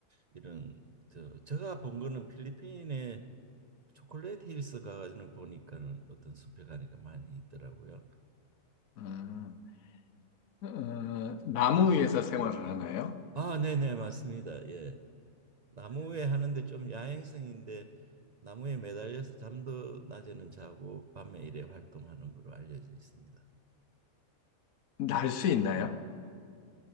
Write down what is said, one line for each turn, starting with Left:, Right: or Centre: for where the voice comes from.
Right: 이런 저 제가 본 거는 필리핀의 초콜릿 힐스 가가지고 보니까는 어떤 숲에 가니까 많이 있더라고요.
Left: 아, 어, 나무 위에서 생활을 하나요?
Right: 아, 네네, 맞습니다. 예. 나무에 하는데 좀 야행성인데 나무에 매달려서 잠도 낮에는 자고 밤에 일에 활동하는 걸로 알려져 있습니다.
Left: 날 수 있나요?